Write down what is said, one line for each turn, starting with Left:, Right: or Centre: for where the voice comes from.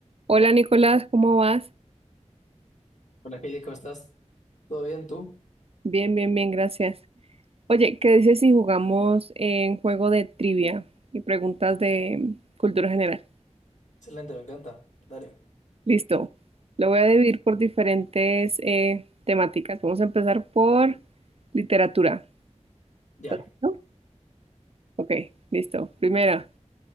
Right: Hola Nicolás, ¿cómo vas?
Left: Hola Heidi, ¿cómo estás? ¿Todo bien tú?
Right: Bien, bien, bien, gracias. Oye, ¿qué dices si jugamos en juego de trivia y preguntas de mm, cultura general?
Left: Excelente, me encanta. Dale.
Right: Listo. Lo voy a dividir por diferentes eh, temáticas. Vamos a empezar por literatura.
Left: Ya.
Right: ¿Estás listo? Ok, listo. Primera,